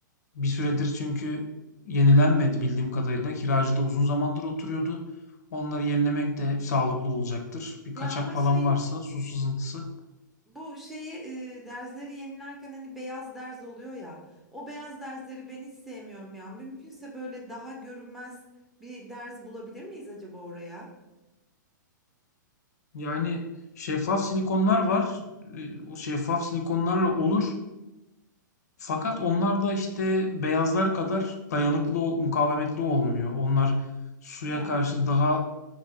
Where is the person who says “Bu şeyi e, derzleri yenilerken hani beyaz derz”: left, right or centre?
Centre